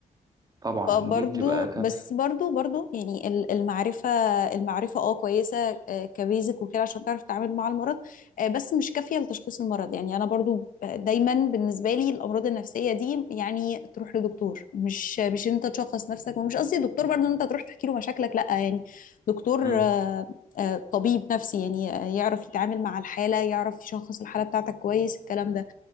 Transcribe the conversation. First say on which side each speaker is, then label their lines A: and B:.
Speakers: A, on the right (about 25°); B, on the left (about 70°).
A: طبعا
B: فبرضو
A: دي بتبقى كارثة
B: بس برضو برضو يعني ال- المعرفة المعرفة اه كويسة آه، كبيزك وكده عشان تعرف تتعامل مع المرض آه، بس مش كافية لتشخيص المرض يعني أنا برضو دايما بالنسبة لي الأمراض النفسية دي يعني تروح لدكتور مش مش أنت تشخص نفسك ومش قصدي دكتور برضو أن أنت تروح تحكي له مشاكلك لأ يعني دكتور
A: امم
B: آه، آه، طبيب نفسي يعني آه، يعرف يتعامل مع الحالة يعرف يشخص الحالة بتاعتك كويس الكلام ده